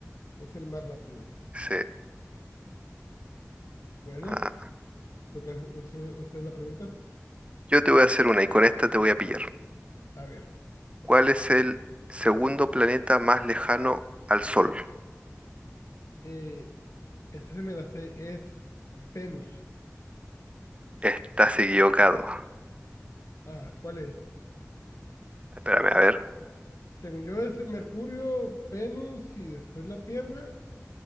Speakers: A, on the left; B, on the right.
A: es el más rápido.
B: Sí.
A: Bueno,
B: Ah,
A: lo que hace- usted usted la pregunta.
B: yo te voy a hacer una y con esta te voy a pillar.
A: A ver.
B: ¿Cuál es el segundo planeta más lejano al Sol?
A: Eh, esa se me la sé, es Venus.
B: Estás equivocado.
A: Ah, ¿cuál es?
B: Espérame, a ver.
A: Según yo es Mercurio, Venus y después la Tierra.